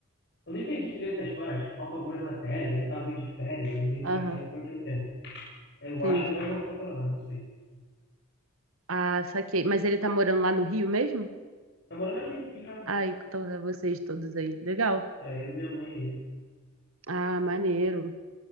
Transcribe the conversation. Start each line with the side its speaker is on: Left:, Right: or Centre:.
Left: Eu não entendi direito a história, acho que faltam algumas matérias. Ele tava meio de férias, aí ele veio
Right: Aham,
Left: pra cá e ficou aqui um tempo. Eu
Right: entendi.
Left: acho que ele vai voltar pra lá, não sei.
Right: Ah, saquei. Mas ele tá morando lá no Rio mesmo?
Left: Tá morando aqui, aqui em casa.
Right: Ai, então é vocês todos aí. Legal.
Left: Tá eu, minha mãe e ele.
Right: Ah, maneiro.